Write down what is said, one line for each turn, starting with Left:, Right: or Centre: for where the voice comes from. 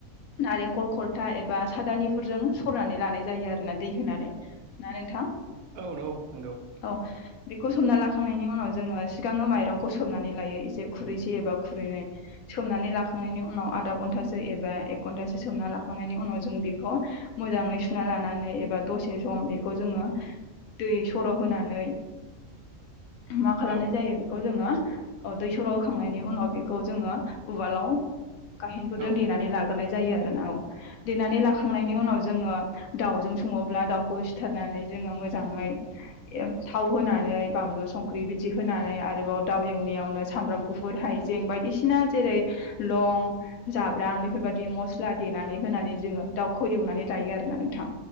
Left: नारेंखल खलथा एबा सादानिफोरजों सरनानै लानाय जायो आरोना दै होनानै ना नोंथां?
Right: औ नंगौ नंगौ।
Left: औ बेखौ सोमना लाखांनायनि उनाव जोंङो सिगाङो माइरंखौ सोमना नै लायो एसे खुरैसे एबा खुरैनै सोमननानै लाखांनायनि उनाव आधा गन्थासो एबा एक गन्था सोमना लाखांनायनि उनाव जों बेखौ मोजाङै सुना लानानै एबा दसे सम बेखौ जोंङो दै सर होनानै मा खालामनाय
Right: औ
Left: जायो इखौ जोंङो औ दै सर होखांनायनि उनाव बिखौ जोंङो उवालाव गाहेनफोरजों
Right: औ
Left: देनानै लाग गोरनाय जायो आरोना औ देनानै लाखांनायनि उनाव जो जोंङो दावजों सङोब्ला दाउखौ सिथारनानै जोंङो मोजाङै थाव होनान नै बानलु संख्रि बिदि होनानै आरोबाव दाव एवनायाव नो सामब्राम गुफुर हायजें बापदिसिना जेरै लं जाब्रां बेफोरबादि मसला देनानै होनानै जोंङो दाउखौ एवनानै लायो आरो ना नोंथां